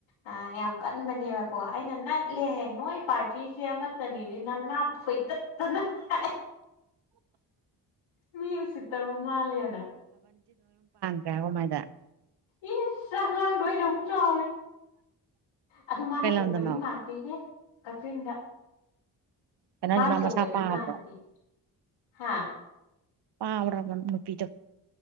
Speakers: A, on the left; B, on the right.
A: ꯑ ꯌꯥꯝ ꯀꯟꯕꯅꯦꯕ ꯑꯩꯅ ꯅꯠꯂꯦꯍꯦ ꯅꯣꯏ ꯄꯥꯔꯇꯤꯁꯦ ꯑꯃꯠꯇꯅꯤꯅꯦ ꯅꯅꯥ ꯐꯣꯏꯗꯠꯇꯅ ꯍꯥꯏ ꯃꯤ ꯎ ꯁꯤꯠꯇꯕ ꯃꯥꯜꯂꯦꯅ
B: ꯔꯕ ꯃꯥꯏꯗ
A: ꯏ ꯆꯉꯥꯡꯗꯣꯏꯗꯧꯅ ꯆꯥꯎꯔꯦ ꯑꯗꯨ ꯃꯥꯅ
B: ꯀꯩ ꯂꯝꯗꯅꯣ
A: ꯄꯣꯛꯄꯗꯤ ꯃꯥꯟꯗꯦꯍꯦ ꯀꯛꯆꯤꯡꯗ
B: ꯀꯩꯅꯣ
A: ꯃꯥꯥꯟ
B: ꯃꯥ
A: ꯄꯣꯄꯗꯤ
B: ꯃꯁꯥ ꯄꯥꯕ꯭ꯔꯣ
A: ꯃꯥꯟꯗꯦ ꯍꯥ
B: ꯑꯔ ꯅꯨꯄꯤꯇꯣ